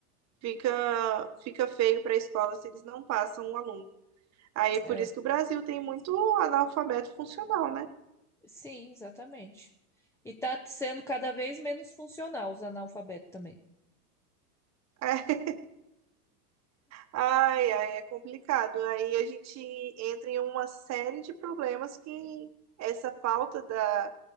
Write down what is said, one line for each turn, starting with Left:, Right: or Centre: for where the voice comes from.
Right: Fica, fica feio para a escola se eles não passam um aluno. Aí, por
Centre: É,
Right: isso que o Brasil tem muito analfabeto funcional, né?
Centre: sim, exatamente. E tá sendo cada vez menos funcional os analfabetos também.
Right: É, Ai, ai, é complicado. Aí a gente entra em uma série de problemas que essa falta da,